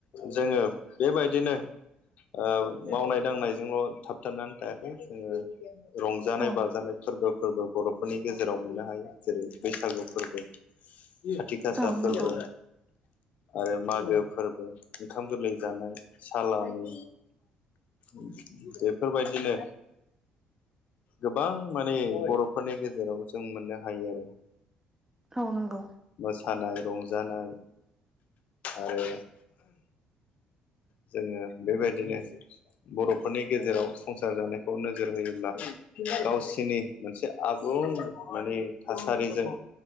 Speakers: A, on the left (about 65°); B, on the right (about 15°).
A: जोङो बेबायदिनो ओ मावनाय दांनायजोंल' थाबथानानै थायाखै जोङो रंजानाय
B: औ
A: बाजानाय फोरबो फोरबो बर' फोरनि गेजेराव मोननो हायो जेरै बैसागु फोरबो खाथि गासा
B: औ
A: फोरबो।
B: नंगौ
A: आरो मागो फोरबो। ओंखाम गोरलै जानाय सालामि। बेफोरबायदिनो गोबां माने बर'फोरनि गेजेराव जों मोननो हायो आरो।
B: औ नंगौ।
A: मोसानाय रंजानाय आरो जोङो बेबायदिनो बर'फोरनि गेजेराव संसार जानायखौ नोजोर होयोब्ला गावसिनि मोनसे आबुं माने थासारिजों